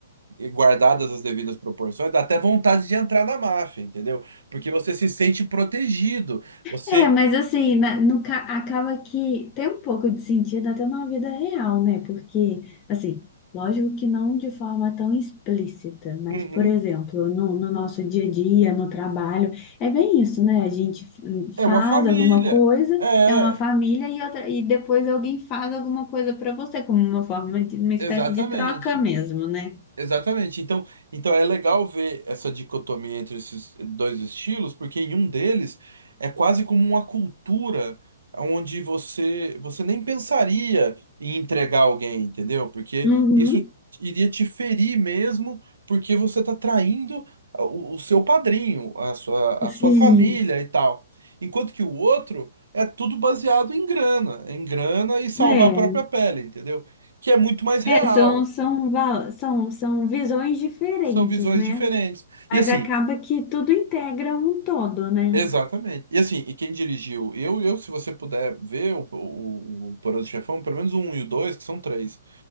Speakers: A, on the right; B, on the left.
A: guardadas as devidas proporções, dá até vontade de entrar na máfia, entendeu? Porque você se sente protegido. Você,
B: É, mas assim, na- no, ca- acaba que tem um pouco de sentido até na vida real, né? Porque, assim, lógico que não de forma tão explícita, mas,
A: Uhum.
B: por exemplo, no, no nosso dia a dia, no trabalho, é bem isso, né? A gente f-
A: é
B: faz
A: uma família.
B: alguma coisa,
A: É.
B: é uma família, e, outra, e depois alguém faz alguma coisa para você, como uma forma de uma espécie
A: Exatamente.
B: de troca mesmo, né?
A: Exatamente. Então, então é legal ver essa dicotomia entre esses dois estilos, porque em um deles é quase como uma cultura onde você você nem pensaria em entregar alguém, entendeu? Porque
B: Uhum,
A: isso iria te ferir mesmo, porque você está traindo o, o seu padrinho, a sua,
B: sim.
A: a sua família e tal. Enquanto que o outro é tudo baseado em grana, em grana e salvar
B: É,
A: a própria pele, entendeu? Que é muito mais real.
B: é, são, são, val- são, são visões diferentes,
A: São visões
B: né?
A: diferentes.
B: Mas
A: E assim,
B: acaba que tudo integra um todo, né?
A: exatamente. E assim, e quem dirigiu? Eu, eu, se você puder ver o, o, o Poderoso Chefão, pelo menos o 1 e o 2, que são três.